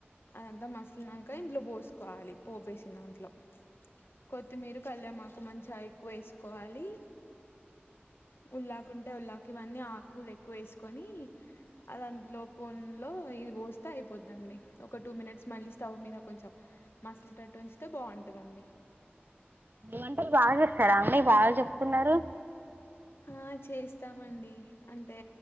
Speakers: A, on the left; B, on the right.
A: అదంతా మసిలినంక ఇందులో పోసుకోవాలి. పోపేసిన దాంట్లో కొత్తిమీర, కళ్యామాకు మంచిగా ఎక్కువ వేసుకోవాలి. ఉల్లాకుంటే ఉల్లాకు ఇవన్నీ ఆకులు ఎక్కువ వేసుకొని అదంతలోపోనిలె ఇది పోస్తే అయిపోందండి ఒక టూ మినిట్స్ మళ్ళీ స్టవ్ మీద కొంచెం మసలుటట్టు ఉంచితే బావుంటది. రండి
B: వంటలు బాగ చేస్తారా అండి? బాగా చెప్తున్నారు.
A: ఆ చేస్తామండి అంటే